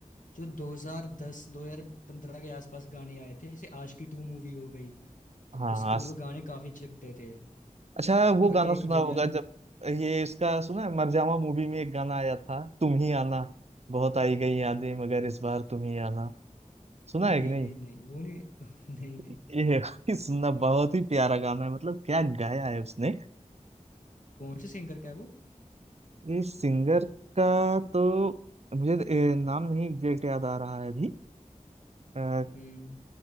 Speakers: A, on the left; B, on the right.
A: जो 2010 2015 के आसपास गाने आए थे जैसे आशिकी टू मूवी हो गई तो
B: हाँ
A: उसके
B: हाँ
A: मेरे को गाने काफी अच्छे लगते थे
B: अच्छा वो
A: और
B: गाना
A: एक
B: सुना
A: विलन
B: होगा जब ये इसका सुना है मरजावा मूवी में एक गाना आया था तुम ही आना बहुत आई गई यादें मगर इस बार तुम ही आना सुना
A: नहीं
B: है कि नहीं
A: नहीं नहीं वो नहीं <laughs> नहीं नहीं
B: ये <laughs> सुनना बहुत ही प्यारा गाना है मतलब क्या गाया है उसने
A: कौन से सिंगर का है वो
B: ये सिंगर का तो मुझे ए, नाम नहीं एग्जैक्ट याद आ रहा है अभी अ,
A: हुँ।